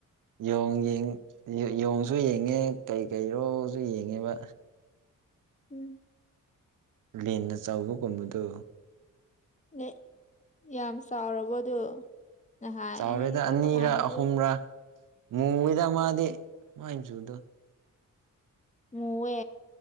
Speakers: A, on the right; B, on the left.
A: ꯣꯡ ꯌꯦꯣꯡꯁꯨ ꯌꯦꯡꯉꯦ ꯀꯩ ꯀꯔꯣꯁꯨ ꯌꯦꯡꯉꯦꯕ
B: ꯎꯝ
A: ꯂꯤꯟꯅ ꯆꯥꯎꯕꯒꯨꯝꯕꯗꯨ
B: ꯅ ꯌꯥꯝ ꯆꯥꯎꯔꯕꯣ ꯑꯗꯨ ꯅꯍꯥꯟ
A: ꯆꯥꯎꯔꯦꯗ
B: ꯑꯩ ꯆꯠꯄ
A: ꯑꯅꯤꯔ
B: ꯀꯥꯟꯗꯗꯤ
A: ꯑꯍꯨꯝꯔꯥ ꯃꯨꯉꯗ ꯃꯥꯗꯤꯦ ꯃ ꯆꯨꯗ
B: ꯃꯨꯋꯦ